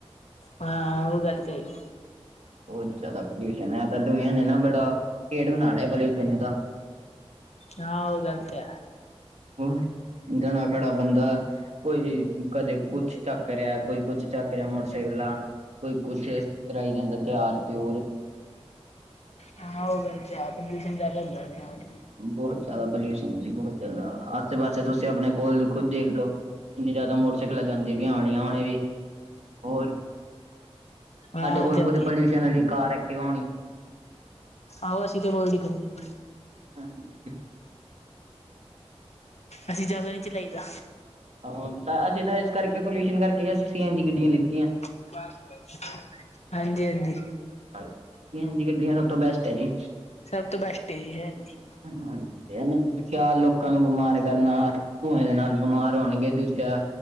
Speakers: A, on the left; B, on the right.
A: ਹਾਂ ਉਹ ਗਲਤ ਹੈਗੀ
B: ਬਹੋਤ ਜ਼ਿਆਦਾ ਪੋਲਿਊਸ਼ਨ ਐ ਤਾਂ ਦੁਨੀਆਂ ਨੇ ਨਾ ਬੜਾ ਭੇਡ ਬਣਾ ਲਿਆ ਪੋਲਿਊਸ਼ਨ ਇਹਦਾ <inaudible>
A: ਹਾਂ ਉਹ ਗਲ ਤੇ ਹੈ
B: ਹੁਣ ਜਣਾ ਖੜਾ ਬੰਦਾ ਕੋਈ ਕਦੇ ਕੁਛ ਚੱਕ ਰਿਹਾ ਕੋਈ ਕੁਛ ਚੱਕ ਰਿਹਾ ਮੋਟਰਸਾਈਕਲਾਂ ਕੋਈ ਕੁਛ ਕਰਈ ਜਾਂਦਾ ਤਿਆਰ ਤਿਉਰ
A: ਹਾਂ ਉਹ ਗਲ ਤਾ ਹੈ। ਪ੍ਰਦਊਸ਼ਣ ਜ਼ਿਆਦਾ ਹੁੰਦਾ ਓਦੇ ਨਾਲ।
B: ਬਹੁਤ ਜ਼ਿਆਦਾ ਪੋਲਿਊਸ਼ਨ ਹੈ ਜੀ। ਬਹੁਤ ਜ਼ਿਆਦਾ ਆਸੇ-ਪਾਸੇ ਤੁਸੀਂ ਆਪਣੇ ਕੋਲ ਨੂੰ ਖੁਦ ਦੇਖ ਲਓ। ਇਨੀ ਜ਼ਿਆਦਾ ਮੋਟਰਸਾਈਕਲ ਜਾਂਦੀ ਪਾਈਆਂ ਹੋਣੀਆਂ ਹੁਣੇ ਵੀ ਹੋਰ
A: ਹਾਂ
B: ਸਾਡੇ ਕੋਲ
A: ਉਹ ਤੇ ਆਉਂਦੀ
B: ਖੁਦ ਪੋਲਿਊਸ਼ਨ
A: ਹੈ
B: ਵਾਲੀ ਕਾਰ ਐਕਟਿਵਾ ਹੋਣੀ
A: ਅਹੋ ਅਸੀ ਤੇੇ <unintelligible>
B: <unintelligible>
A: ਅਸੀਂ ਜ਼ਿਆਦਾ ਨਹੀਂ ਚਲਾਈਦਾ
B: ਹਾਂ ਅਸੀਂ ਤਾਂ ਇਸ ਕਰਕੇ ਪੋਲਿਊਸ਼ਨ ਕਰਕੇ ਅਸੀਂ ਸੀ ਐਨ ਜੀ ਦੀ ਗੱਡੀਆਂ ਲਿੱਤੀਆਂ
A: <unintelligible> ਹਾਂਜੀ ਹਾਂਜੀ
B: <unintelligible> ਹਾਂਜੀ ਸੀਐਂਜੀ ਗੱਡੀਆਂ ਸਭ ਤੋਂ ਬੈਸਟ ਹੈ ਜੀ।
A: ਸਭ ਤੋ ਬੈਸਟ ਇਹ ਹੈ ਜੀ
B: ਹ ਇਹਨ ਕੇਆ ਲੋਕਾਂ ਨੂੰ ਬਿਮਾਰ ਕਰਨਾ ਧੂੰਏ ਦੇ ਨਾਲ ਬਿਮਾਰ ਹੋਣਗੇ ਦੂਜਾ